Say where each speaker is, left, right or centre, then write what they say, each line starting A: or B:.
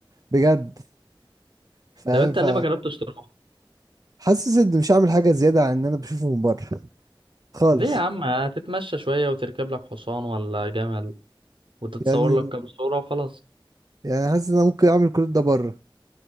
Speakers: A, on the right; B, on the right.
A: بجد فاهم
B: طب انت
A: ف
B: ليه ما جربتش تروح
A: حاسس اني مش هعمل حاجه زياده عن ان انا بشوفه من بره خالص
B: ليه يا عم هتتمشى شويه وتركب لك حصان ولا جمل وتتصور
A: يعني
B: لك كام صوره وخلاص
A: يعني حاسس ان انا ممكن اعمل كل ده بره